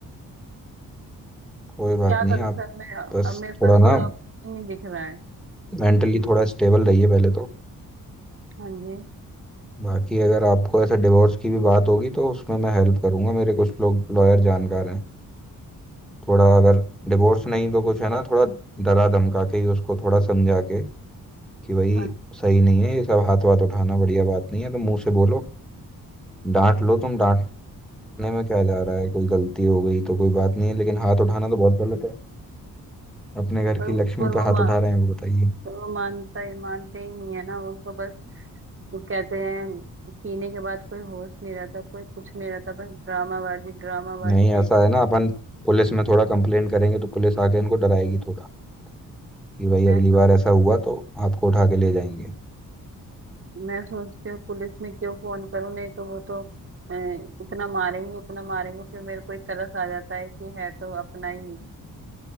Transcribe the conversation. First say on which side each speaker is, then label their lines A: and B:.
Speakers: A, in the centre; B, on the right.
A: कोई
B: तो
A: बात
B: क्या
A: नहीं
B: करूँ सर
A: आप
B: मैं अब
A: बस
B: मेरे
A: थोड़ा
B: पास कोई
A: ना
B: ऑप्शन नहीं दिख रहा है
A: मेंटली थोड़ा स्टेबल रहिए पहले तो
B: हाँ जी
A: बाकी अगर आपको ऐसा डिवोर्स की भी बात होगी तो उसमें मैं हेल्प करूंगा मेरे कुछ लोग लॉयर जानकार हैं थोड़ा अगर डिवोर्स नहीं तो कुछ है ना थोड़ा डरा धमका के ही उसको थोड़ा समझा के कि भाई
B: हाँ
A: सही नहीं है ये सब हाथ वाथ उठाना बढ़िया बात नहीं है तो मुंह से बोलो डांट लो तुम डांटने में क्या जा रहा है कोई गलती हो गई तो कोई बात नहीं है लेकिन हाथ उठाना तो बहुत गलत है अपने घर
B: पर
A: की
B: वो
A: लक्ष्मी
B: पर
A: पे
B: वो
A: हाथ
B: मा
A: उठा रहे हैं वो बताइए
B: पर वो मानता ही मानते ही नहीं है ना उनको बस वो कहते हैं पीने के बाद कोई होश नहीं रहता कोई कुछ नहीं रहता बस ड्रामाबाजी ड्रामाबाजी
A: नहीं
B: डेली
A: ऐसा है ना अपन पुलिस में थोड़ा कंप्लेन करेंगे तो पुलिस आके इनको डराएगी थोड़ा कि भाई
B: मैं
A: अगली
B: सो,
A: बार ऐसा हुआ तो आपको उठा के ले जाएंगे
B: मैं सोचती हूँ पुलिस में क्यों फोन करूँ नहीं तो वो तो अ, इतना मारेंगे इतना मारेंगे फिर मेरे को ही तरस आ जाता है कि है तो अपना ही